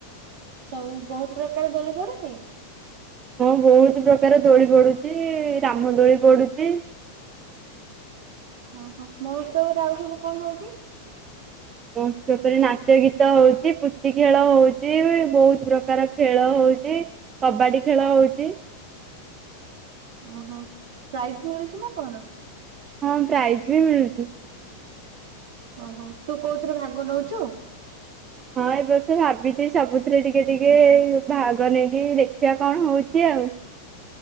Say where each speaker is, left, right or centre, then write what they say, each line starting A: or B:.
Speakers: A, on the right (about 55°); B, on the right (about 25°).
A: ସବୁ ବହୁତ ପ୍ରକାର ଦୋଳି ପଡୁଛି।
B: ହଁ ବହୁତ ପ୍ରକାର ଦୋଳି ପଡୁଛି ରାମ ଦୋଳି ପଡୁଛି।
A: ଓହୋ ମୋତ୍ସବରେ ଆଉ ସବୁ କଣ ହଉଛି।
B: ମହସବ ଉପରେ ନାଚ ଗୀତ ହଉଚ ପୁଚି ଖେଳ ହଉଛି ବହୁତ ପ୍ରକାର ଖେଳ ହଉଛି କବାଡି ଖେଳ ହଉଛି।
A: ଓହୋ ପ୍ରାଇଜ ମିଳୁଛି ନା କଣ
B: ହଁ ପ୍ରାଇଜ ବି ମିଳୁଛି।
A: ଓହୋ ତୁ କୋଉଥିରେ ଭାଗ ନଉଛୁ।
B: ହଁ ଏ ବର୍ଷ ଭାବିଛି ସବୁଥିରେ ଟିକେ ଟିକେ ଭାଗ ନେଇକି ଦେଖିବା କଣ ହଉଛି ଆଉ।